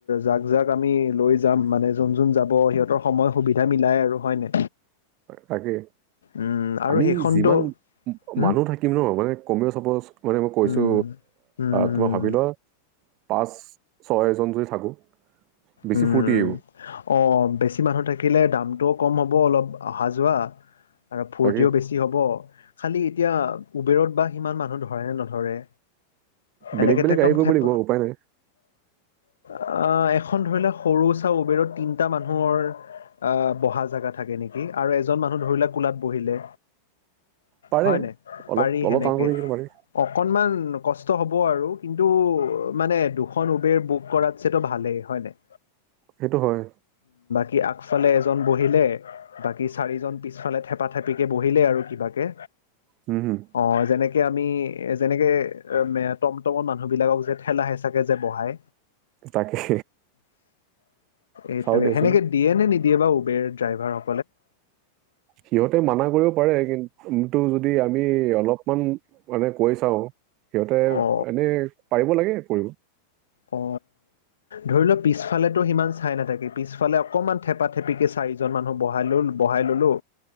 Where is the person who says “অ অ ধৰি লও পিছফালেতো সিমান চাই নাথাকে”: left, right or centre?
Left